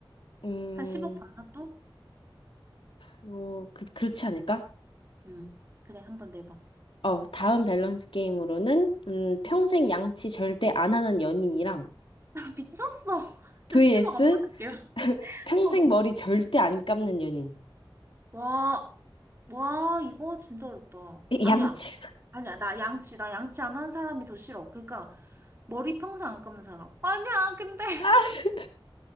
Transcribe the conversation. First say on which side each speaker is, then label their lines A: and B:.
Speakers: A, on the left; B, on the right.
A: 음,
B: 한 10억 받나 또?
A: 뭐, 그, 그렇지 않을까?
B: 응. 그래, 한 번 내봐.
A: 어, 다음 밸런스 게임으로는, 음, 평생
B: 응. <laughs>
A: 양치 절대 안 하는 연인이랑,
B: 나 미쳤어. 저
A: vs
B: 10억 안 받을게요.
A: <laughs> 평생
B: 어.
A: 머리 절대 안 감는 연인.
B: 와, 와, 이거 진짜 어렵다.
A: 이-
B: 아니야.
A: 양치.
B: 아니야. 나 양치, 나 양치 안 하는 사람이 더 싫어. 그러니까, 머리 평생 안 감는 사람. 아니야, 근데.
A: <laughs>